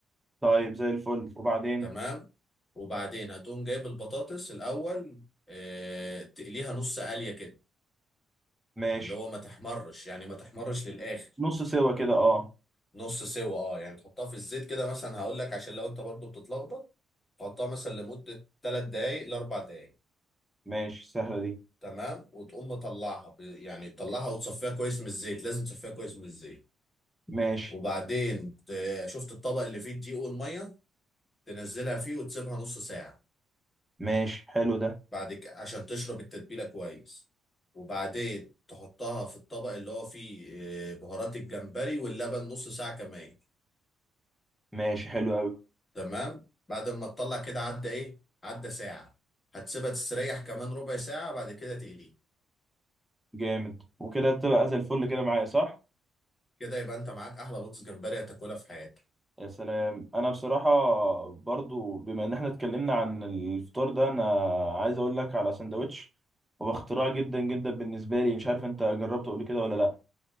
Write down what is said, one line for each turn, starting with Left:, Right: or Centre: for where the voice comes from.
Centre: طيب زي الفل وبعدين
Left: تمام وبعدين هتقوم جايب البطاطس الأول آه، تقليها نص قلية كده
Centre: ماشي
Left: اللي هو ما تحمرش يعني ما تحمرش للآخر
Centre: نص سوا كده اه
Left: نص سوا اه يعني تحطها في الزيت كده مثلا هقول لك عشان لو انت برضو بتتلخبط تحطها مثلا لمدة 3 دقايق ل 4 دقايق
Centre: ماشي سهله دي
Left: تمام وتقوم مطلعها ب- يعني تطلعها وتصفيها كويس من الزيت لازم تصفيها كويس من الزيت
Centre: ماشي
Left: وبعدين ت- شفت الطبق اللي فيه الدقيق والميه تنزلها فيه وتسيبها نص ساعة
Centre: ماشي حلو ده
Left: بعد كده عشان تشرب التتبيلة كويس وبعدين تحطها في الطبق اللي هو فيه آه، بهارات الجمبري واللبن نص ساعة كمان
Centre: ماشي حلو قوي
Left: تمام بعد ما تطلع كده عدى ايه عدى ساعة هتسيبها تستريح كمان ربع ساعة بعد كده تقليه
Centre: جامد وكده تبقى زي الفل كده معايا صح
Left: كده يبقى انت معاك احلى بطاطس جمبري هتاكلها في حياتك
Centre: يا سلام انا بصراحه برضو بما ان احنا اتكلمنا عن الفطار ده انا عايز اقول لك على سندوتش هو اختراع جدا جدا بالنسبه لي مش عارف انت جربته قبل كده ولا لا